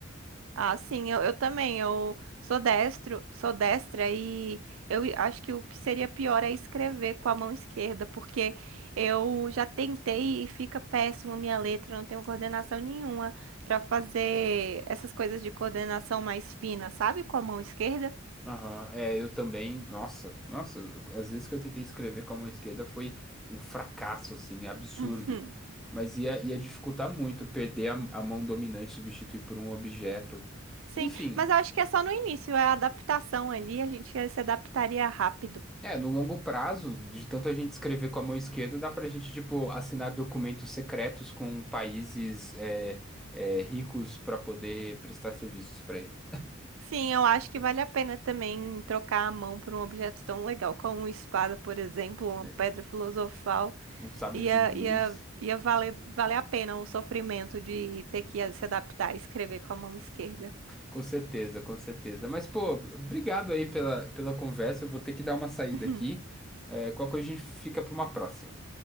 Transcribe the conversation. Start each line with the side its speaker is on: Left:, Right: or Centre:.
Right: Ah, sim, eu, eu também. Eu sou destro, sou destra e eu acho que o que seria pior é escrever com a mão esquerda, porque eu já tentei e fica péssimo a minha letra, eu não tenho coordenação nenhuma para fazer essas coisas de coordenação mais fina, sabe? Com a mão esquerda. <laughs>
Centre: Aham, É, eu também. Nossa, nossa, eu- às vezes que eu tentei escrever com a mão esquerda foi um fracasso, assim, absurdo.
Right: Uhum.
Centre: Mas ia, ia dificultar muito perder a, a mão dominante, substituir por um objeto.
Right: Sim,
Centre: Enfim,
Right: mas eu acho que é só no início, é a adaptação ali, a gente se adaptaria rápido.
Centre: é, no longo prazo, de tanto a gente escrever com a mão esquerda, dá pra gente, tipo, assinar documentos secretos com países é, é, ricos pra poder prestar serviços pra eles.
Right: Sim, eu acho que vale a pena também trocar a mão por um objeto tão legal como uma espada, por exemplo, uma
Centre: É,
Right: pedra filosofal.
Centre: um sabre
Right: Ia,
Centre: de luz.
Right: ia, ia valer, valer a pena o sofrimento de ter que se adaptar a escrever com a mão esquerda.
Centre: Com certeza, com certeza. Mas, pô, obrigado aí pela, pela conversa. Eu vou ter que dar uma saída
Right: <laughs>
Centre: aqui. É, qualquer coisa a gente fica para uma próxima.